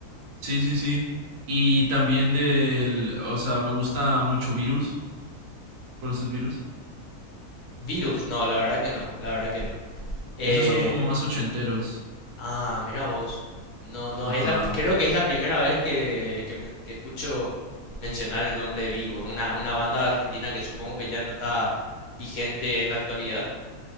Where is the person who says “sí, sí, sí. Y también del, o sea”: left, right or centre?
Right